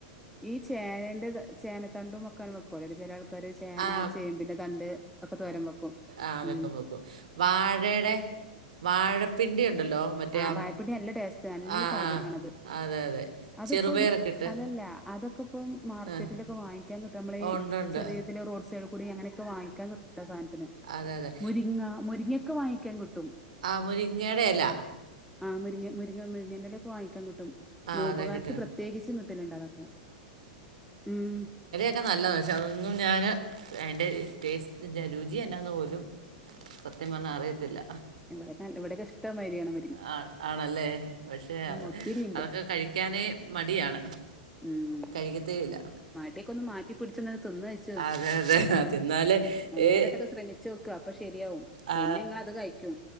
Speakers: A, in the centre; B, on the right.
A: ഈ ചേനെന്റെത് ചേനത്തണ്ടും ഒക്കെ അങ്ങനെ വെക്കുവല്ലേ ചെല ആൾ ക്കരു ചേന
B: ആ
A: ചേമ്പിന്റെ തണ്ട് ഒക്കെ തോരം വെക്കും
B: ആഹ് വെക്കും
A: ഉം
B: വെക്കും വാഴേടെ വാഴപ്പിണ്ടി ഉണ്ടല്ലോ? മറ്റേ
A: ആഹ്
B: ആ
A: വാഴപ്പിണ്ടി നല്ല ടേസ്റ്റ് നല്ല
B: ആ
A: സാധനമാണത്
B: ആ അതെ അതെ
A: അതിപ്പം
B: ചെറുപയറൊക്കെ ഇട്ട്
A: അതല്ല അതൊക്കെപ്പം മാർക്കറ്റിലൊക്കെ
B: ആ
A: വാങ്ങി ക്കാൻകിട്ടും അമ്മളീ
B: ഉണ്ട് ഉണ്ട്
A: ചെറിയതില് റോഡ് സൈഡ് കൂടി അങ്ങനൊക്കെ വാങ്ങിക്കാൻ കിട്ടും ആ സാനത്തിനെ
B: അതെ അതെ
A: മുരിങ്ങ മുരിങ്ങൊക്കെ വാങ്ങിക്കാൻ കിട്ടും
B: ആഹ മുരിങ്ങേടെ എല
A: ആഹ് മുരിങ്ങ മുരിങ്ങമ്മ് മുരിങ്ങങ്ങന്റെലൊക്കെ വാങ്ങിക്കാൻ കിട്ടും
B: ആ
A: നോമ്പു
B: അതെ
A: കാലത്ത്
B: കിട്ടുന്നുണ്ട്
A: പ്രത്യേകിച്ചും കിട്ടല്ണ്ട് അതൊക്കെ ഉം
B: ക്കെ നല്ലതാ പക്ഷെ അതൊന്നും ഞാന് അയിന്റെ ടേസ്റ്റ് രുചി എന്നാന്ന് പോലും സത്യം പറഞ്ഞാ അറിയത്തില്ല
A: ഇവടെക്കെ നല്ല ഇവിടക്കെ ഇഷ് ത്തമരിയണം
B: ആഹ് ആണല്ലേ പക്ഷേ അഹ്
A: ഒത്തിരിണ്ട്
B: അതൊക്കെകഴിക്കാനെ മടിയാണ്
A: ഉം
B: കഴിക്കത്തേയില്ല
A: മടിക്കൊന്ന് മാറ്റി പിടിച്ചൊന്ന് തിന്ന് കഴിച്ചു
B: അതെ അതെ തിന്നാല്
A: ഒന്ന്
B: ഏ
A: രണ്ടട്ടൊക്കെ ശ്രമിച്ചോക്ക് അപ്പൊ ശരിയാവും
B: ആ
A: പിന്നെങ്ങളത് കഴിക്കും